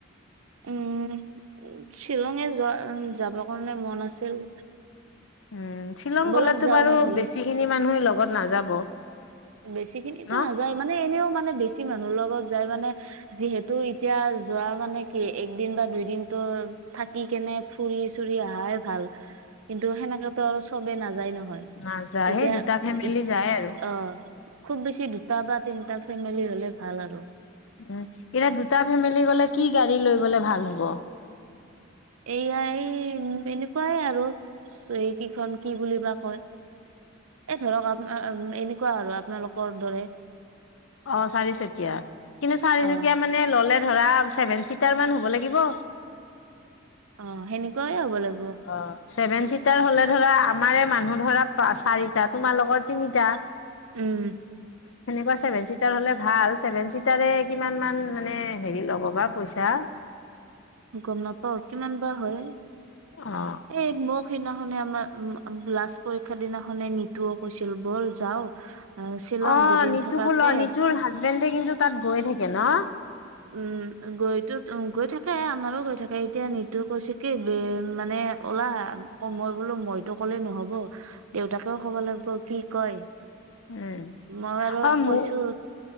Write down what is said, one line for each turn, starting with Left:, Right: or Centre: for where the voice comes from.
Right: উম', শ্বিলঙে যোৱা উ যাবৰ কাৰণে মন আছিল।
Left: উম', শ্বিলং
Right: ব'লক
Left: গলে তো
Right: যাওঁ
Left: বাৰু
Right: নহ'লে
Left: বেছি খিনি মানুহে লগত নাযাব।
Right: বেছি খিনিতো
Left: ন?
Right: নাযায় মানে এনেও মানে বেছি মানুহৰ লগত যায় মানে, যিহেতু এতিয়া যোৱা মানে কি একদিন বা দুদিন টো। থাকি কেনে ফুৰি চুৰি আহাই ভাল কিন্তু, সেনেকেতো আৰু চবে নাযায় নহয়।
Left: নাযায়
Right: এতিয়া
Left: সেই দুটা ফেমিলি
Right: বি
Left: যায় আৰু
Right: অ, খুব বেছি দুটা বা তিনটা ফেমিলি হলে ভাল আৰু,
Left: উ', এতিয়া দুটা ফেমিলি গলে কি গাড়ী লৈ গ'লে ভাল হ'ব।
Right: এইয়া এই এনেকুৱাই আৰু এই কেইখন কি বুলি বা কয়। এ', ধৰক আপ এনেকুৱা আৰু আপোনালোকৰ দৰে।
Left: অ', চাৰিচকীয়া কিন্তু চাৰিচকীয়া
Right: অ'।
Left: মানে ললে ধৰা ছেভেন চিটাৰ মান হব লাগিব।
Right: অ', সেনেকুৱাইে হব লাগিব।
Left: অ', চছেভেন চিটাৰ হলে ধৰা আমাৰে মানুহ ধৰা চাৰিটা তোমালোকৰ তিনিটা।
Right: উম',
Left: সেনেকুৱা ছেভেন চিটাৰ হলে ভাল ছেভেন চিটাৰে কিমান মান মানে হেৰি ল'ব বা পইচা।
Right: গম নাপাও। কিমান বা হয়।
Left: অ
Right: এই মোক সিদিনাখনে আমাৰ, উ', লাষ্ট পৰীক্ষা দিনাখনে নিতুও কৈছিল। ব'ল যাও আহ শ্বিলং
Left: অ',
Right: দুদিন
Left: নিতু
Right: থাকাকে
Left: কো ল নিতুৰ হাজবেণ্ডে কিন্তু, তাত গৈ থাকে ন
Right: উম', গৈতো গৈ থাক। আমাৰো কৈ থাকে। এতিয়া নিতো কৈছে কি মানে ওলা কময় বোলো। মই তটো কলে নহব দেউতাকেও ক'ব লাগিব কি কয়।
Left: উম
Right: মই আৰু
Left: অ
Right: কৈছো
Left: মোক